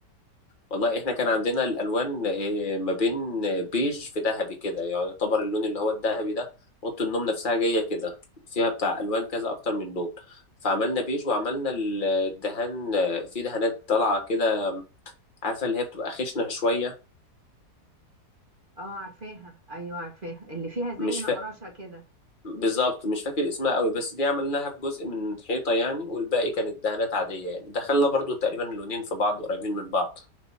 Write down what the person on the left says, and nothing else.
والله احنا كان عندنا الالوان آه، ما بين بيج في ذهبي كده يعني يعتبر اللون اللي هو الذهبي ده اوضه النوم نفسها جايه كده فيها بتاع الوان كذا اكتر من لون فعملنا بيج وعملنا ال- الدهان آه، في دهانات طالعه كده عارفه اللي هي بتبقى خشنه شويه
مش
فا...
بالظبط مش فاكر اسمها قوي بس دي عملناها في جزء من الحيطه يعني والباقي كانت دهانات عاديه يعني دخلنا برضو تقريبا اللونين في بعض قريبين من بعض